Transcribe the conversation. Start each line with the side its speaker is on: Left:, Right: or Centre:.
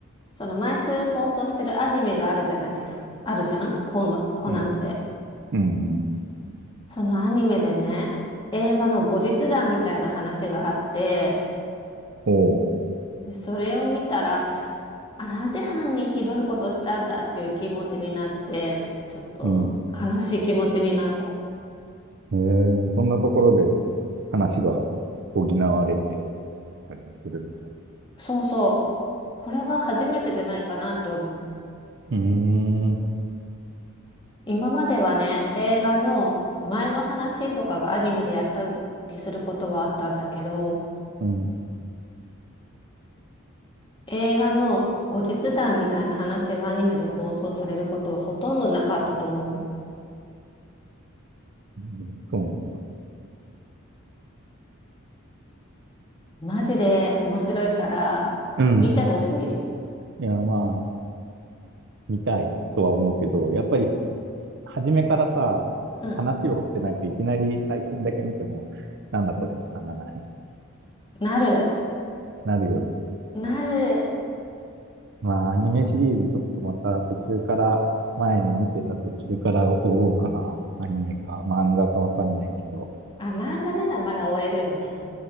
Left: その毎週放送してるアニメがあるじゃないですか。あるじゃんコ、コナンって。
Right: うん。うんうん。
Left: そのアニメでね、映画の後日談みたいな話があって、
Right: おう。
Left: で、それを見たら、あ、なんで犯人ひどいことしたんだっていう気持ちになって、ちょっと悲しい気持ちになった。
Right: うん。えー、そんなところで話が補われてたりもするんだね。
Left: そうそう。これは初めてじゃないかなって思う。
Right: うーん。
Left: 今まではね、映画の前の話とかがアニメでやったりすることはあったんだけど、
Right: うん。
Left: 映画の後日談みたいな話がアニメで放送されることはほとんどなかったと思う。
Right: うんそうなんだ。
Left: マジで面白いから、
Right: うん。
Left: 見てほしい。
Right: いや、まあ、見たいとは思うけど、やっぱり初めからさ、
Left: うん。
Right: 話を追ってないといきなり最新だけ見ても、なんだこれってならない
Left: なる。
Right: なるよね。
Left: なる。
Right: まあ、アニメシリーズちょっとまた途中から、前に見てた途中から追おうかな。アニメか漫画かわかんないけど。
Left: あ、漫画ならまだ終えるよね。